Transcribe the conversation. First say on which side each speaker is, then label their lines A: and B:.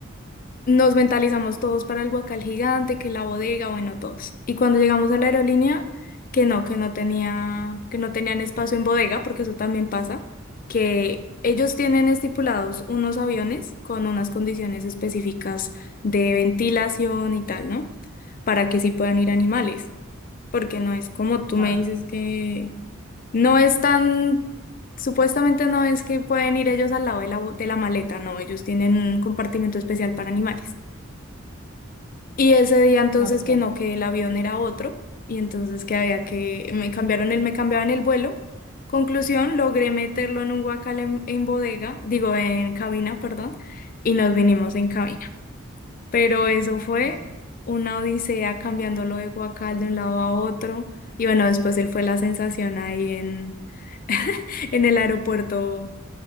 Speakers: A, on the left; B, on the right.
A: nos mentalizamos todos para el guacal gigante, que la bodega, bueno, todos. Y cuando llegamos a la aerolínea, que no, que no tenía, que no tenían espacio en bodega, porque eso también pasa, que ellos tienen estipulados unos aviones con unas condiciones específicas de ventilación y tal, ¿no? Para que sí puedan ir animales porque no es como tú me
B: Ah,
A: dices que no es tan, supuestamente no es que pueden ir ellos al lado de la, bo- de la maleta, no, ellos tienen un compartimento especial para animales. Y ese día entonces
B: ok.
A: que no, que el avión era otro, y entonces que había que, me cambiaron el, me cambiaban el vuelo. Conclusión, logré meterlo en un guacal en, en bodega, digo, en cabina, perdón, y nos vinimos en cabina pero eso fue
B: ay.
A: una odisea cambiándolo de guacal de un lado a otro. Y bueno, después él fue la sensación ahí en, <laughs> en el aeropuerto,